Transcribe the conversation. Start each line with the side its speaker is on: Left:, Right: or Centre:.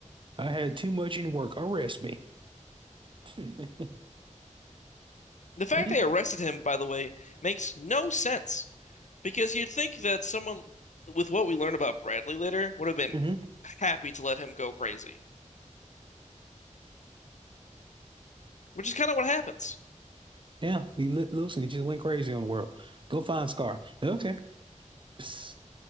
Right: had too much in work. Arrest me. <laughs>
Left: The fact
Right: Please.
Left: they arrested him, by the way, makes no sense because you'd think that someone with what we learn about Bradley later would have been
Right: hmm
Left: happy to let him go crazy, which is kind of what happens.
Right: Yeah, he li listen, he just went crazy on the world. Go find Scar. Okay. Psst.